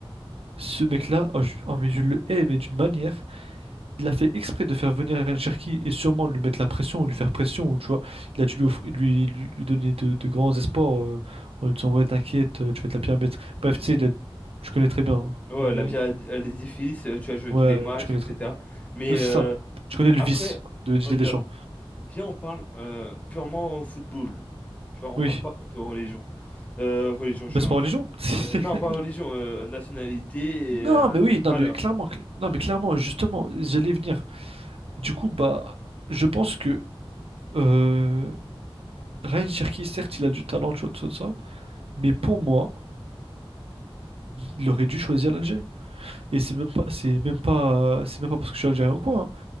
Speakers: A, on the right (about 80°); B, on the left (about 15°).
A: Ce mec-là, oh, je, oh, mais je le hais, mais d'une manière. Il a fait exprès de faire venir Ryan Cherki et sûrement lui mettre la pression, ou lui faire pression, ou tu vois. Il a dû lui, offrir- lui, lui- lui donner de, de grands espoirs euh, en lui disant ouais, t'inquiète, euh, tu vas être la pire maître. Bref, tu sais, il a- tu connais très bien. hein,
B: Ouais,
A: les-
B: la pierre à l'édifice, euh, tu as joué
A: Ouais,
B: tous les matchs,
A: tu connais
B: etc.
A: très bien.
B: Mais
A: Ouais, C'est
B: euh,
A: ça. Tu connais le
B: après,
A: vice de Didier
B: regarde,
A: Deschamps.
B: viens, on parle euh, purement football. Tu vois, on
A: Oui.
B: parle pas un peu religion. Euh, religion,
A: Bah,
B: je suis
A: c'est
B: un
A: pas religion.
B: fou.
A: <laughs>
B: Euh, non, pas religion, euh, nationalité
A: Non,
B: et euh,
A: mais oui, non,
B: valeur.
A: mais clairement, cl- non, mais clairement, justement, j'allais venir. Du coup, bah, je pense que euh, Ryan Cherki, certes, il a du talent, tu vois, tout ça, tout ça, mais pour moi, il aurait dû choisir l'Algérie. Et c'est même pas, c'est même pas, c'est même pas parce que je suis algérien ou quoi. hein.